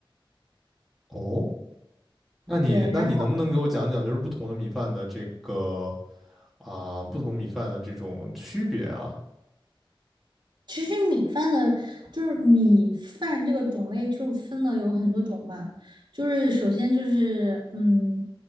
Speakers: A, in the centre; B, on the right.
A: 哦，那你那你能不能给我讲讲，
B: 对，然后。
A: 就是不同的米饭的这个啊，不同米饭的这种区别啊？
B: 其实米饭的，就是米饭这个种类，就是分了有很多种嘛。就是首先就是，嗯，